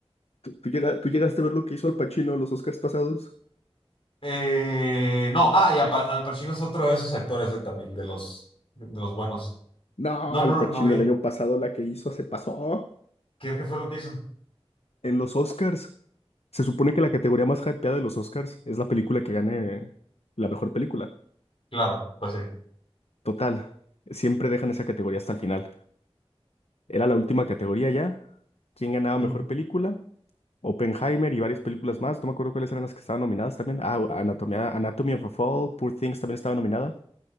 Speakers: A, on the left; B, on the left.
A: ¿Tú, tú llega- tú llegaste a ver lo que hizo Al Pacino en los Oscars pasados?
B: Eh, no, ah, y Al Pa- Al Pacino es otro de esos actores eh, también, de los, de los buenos.
A: No,
B: No, no,
A: Al Pacino
B: no vi.
A: el año pasado la que hizo se pasó.
B: ¿Qué, qué fue lo que hizo?
A: En los Oscars. Se supone que la categoría más hypeada de los Oscars es la película que gane la mejor película.
B: Claro, pues sí.
A: Total, siempre dejan esa categoría hasta el final. Era la última categoría ya. ¿Quién ganaba
B: Mm,
A: mejor película? Oppenheimer y varias películas más. No me acuerdo cuáles eran las que estaban nominadas también. Ah, Anatomía, Anatomy of a Fall, Poor Things también estaba nominada.